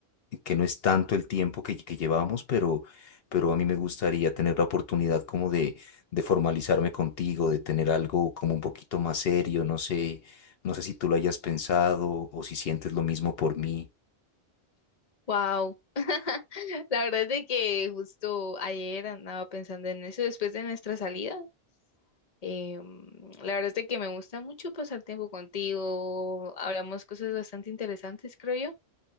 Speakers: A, on the left; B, on the left.
A: que no es tanto el tiempo que, que llevamos, pero, pero a mí me gustaría tener la oportunidad como de, de formalizarme contigo, de tener algo como un poquito más serio, no sé, no sé si tú lo hayas pensado o si sientes lo mismo por mí.
B: Wow. <laughs> La verdad es de que justo ayer andaba pensando en eso después de nuestra salida. Em, la verdad es de que me gusta mucho pasar tiempo contigo. Hablamos cosas bastante interesantes, creo yo.